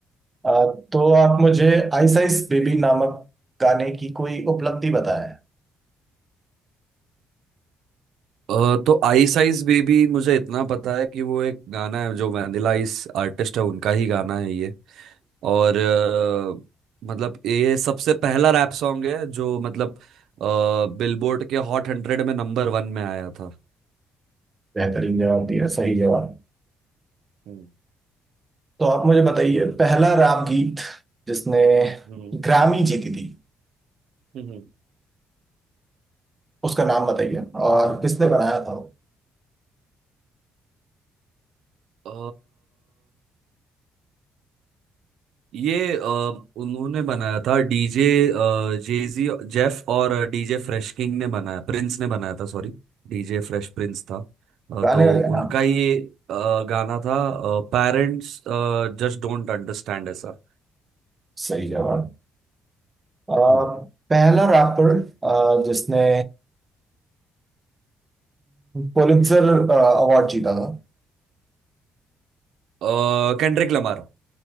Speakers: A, on the right; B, on the right.
A: आ, तो आप मुझे आइस आइस बेबी नामक गाने की कोई उपलब्धि बताएं
B: अ, तो आइस आइस बेबी मुझे इतना पता है कि वो एक गाना है जो वैनिला आइस आर्टिस्ट है उनका ही गाना है ये और अ, मतलब ये सबसे पहला रैप सॉन्ग है जो मतलब बिलबोर्ड के हॉट हंड्रेड में नंबर वन में आया था
A: बेहतरीन जवाब दिया सही जवाब
B: हम्म
A: तो आप मुझे बताइए पहला राग गीत जिसने
B: हम्म
A: ग्रामी जीती थी
B: हम्म,
A: उसका नाम बताइए और किसने बनाया था वो
B: अ, ये अ, उन्होंने बनाया था डीजे जेजी जेफ और डीजे फ्रेश किंग ने बनाया प्रिंस ने बनाया था सॉरी डीजे फ्रेश प्रिंस था अ,
A: गाने
B: तो
A: का क्या नाम
B: उनका
A: था
B: ये अ, गाना था पेरेंट्स जस्ट डोंट अंडरस्टैंड ऐसा
A: सही जवाब आ,
B: हम्म।
A: पहला रैपर आ, जिसने पुलित्जर अवार्ड जीता था
B: अ, केंड्रिक लमार